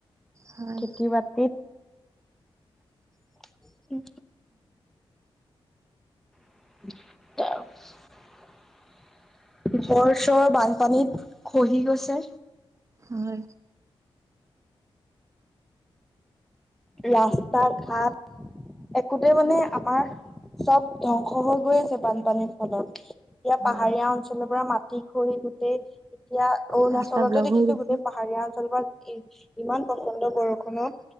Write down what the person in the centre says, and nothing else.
খেতি বাতিত। <unintelligible> ঘৰ চৰ বানপানীত খহি গৈছে।
ৰাস্তা ঘাট। একোতে মানে আমাৰ চব ধ্বংস হৈ গৈ আছে বানপানীৰ ফলত। এতিয়া
পাহাৰীয়া অঞ্চলৰ পৰা মাটি খৰি গোটেই এতিয়া অৰুণাচলতেো
দেখিছো
গোতেই পাহাৰ। পাহাৰীয়া অঞ্চল ইমান পচন্দ বৰষুনত